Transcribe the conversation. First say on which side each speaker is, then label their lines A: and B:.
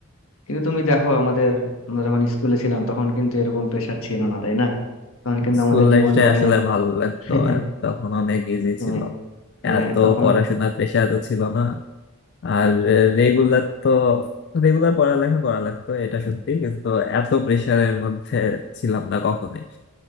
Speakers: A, on the left; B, on the left.
A: কিন্তু তুমি দেখো আমাদের আমরা যখন স্কুলে ছিলাম তখন কিন্তু এরকম প্রেশার ছিল না তাই না তখন কিন্তু
B: স্কুল
A: আমাদের
B: লাইফটাই
A: জীবনটা অনেক
B: আসলে ভালো লাগতো
A: <laughs>
B: আর তখন অনেক ইজি
A: হ্যাঁ
B: ছিল
A: হ্যাঁ
B: এত
A: তখন
B: পড়াশোনার প্রেশার তো ছিল না আর রেগুলার তো রেগুলার পড়ালেখা করা লাগতো এটা সত্যি কিন্তু এত প্রেশারের মধ্যে ছিলাম না কখনোই